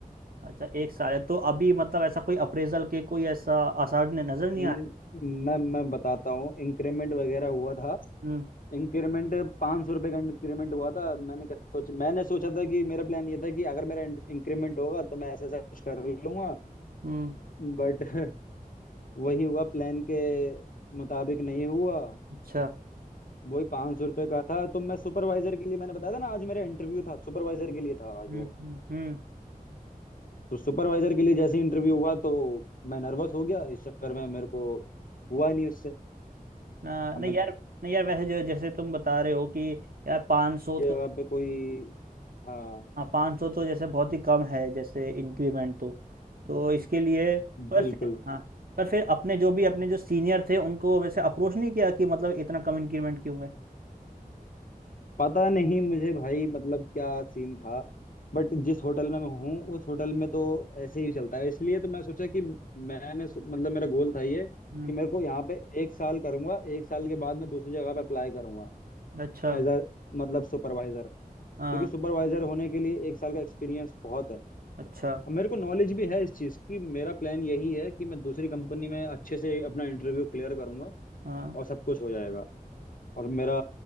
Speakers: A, on the right (about 75°); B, on the left (about 65°).
A: अच्छा एक साल है तो अभी मतलब ऐसा कोई अप्रेजल के कोई ऐसा आसार न- नजर नहीं
B: न-
A: आ रहे
B: मैं मैं बताता हूँ इंक्रीमेंट वगैरह हुआ था
A: हम्म
B: इंक्रीमेंट पाँच सौ रुपये का इंक्रीमेंट हुआ था मैंने कहा- सोच मैंने सोचा था कि मेरा प्लान ये था कि अगर मेरा इंक्रीमेंट होगा तो मैं ऐसा ऐसा कुछ कर लूंगा
A: हम्म
B: बट <laughs> वही हुआ प्लान के मुताबिक नहीं हुआ
A: अच्छा
B: वही पाँच सौ रुपये का था तो मैं सुपरवाइजर के लिए मैंने बताया था ना आज मेरा इंटरव्यू था सुपरवाइजर के लिए था आज
A: हम्म
B: वो
A: हम्म हम्म,
B: तो सुपरवाइजर के लिए जैसे इंटरव्यू हुआ तो मैं नर्वस हो गया इस चक्कर में मेरे को हुआ ही नहीं उससे
A: आ, नहीं
B: अब मैं
A: यार नहीं यार वैसे जो जैसे तुम बता रहे हो कि यार 500 सौ
B: जगह
A: तो
B: पे कोई हाँ
A: हाँ पाँच सौ तो जैसे बहुत ही कम है जैसे इंक्रीमेंट तो तो इसके लिए पर
B: बिल्कुल
A: फिर हाँ पर फिर अपने जो भी अपने जो सीनियर थे उनको वैसे अप्रोच नहीं किया कि मतलब इतना कम इंक्रीमेंट क्यों है
B: पता नहीं मुझे भाई मतलब क्या सीन था बट जिस होटल में मैं हूँ उस होटल में तो ऐसे ही चलता है इसलिए तो मैं सोचा कि मैंने सो- मतलब मेरा गोल था ये कि
A: हम्म
B: मेरे को यहाँ पे एक साल करूंगा एक साल के बाद मैं दूसरी जगह पे अप्लाई करूंगा
A: अच्छा
B: एज अ मतलब सुपरवाइजर क्योंकि
A: हाँ
B: सुपरवाइजर होने के लिए एक साल का एक्सपीरियंस बहुत है
A: अच्छा
B: और मेरे को नॉलेज भी है इस चीज़ की मेरा प्लान यही है कि मैं दूसरी कंपनी में अच्छे से अपना इंटरव्यू क्लियर करूंगा
A: हाँ
B: और सब कुछ हो जाएगा और मेरा